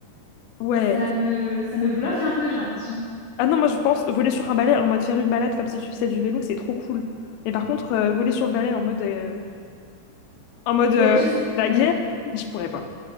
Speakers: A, on the left; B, on the left.
A: ouais.
B: ça me ça me bloque un peu, j'ai l'impression.
A: Ah non, moi je pense voler sur un balai en mode faire une balade comme si tu faisais du vélo, c'est trop cool. Mais par contre, euh, voler sur le balai en mode, euh, en mode euh,
B: Mais je... sais-
A: la
B: Ouais.
A: guerre, je pourrais pas.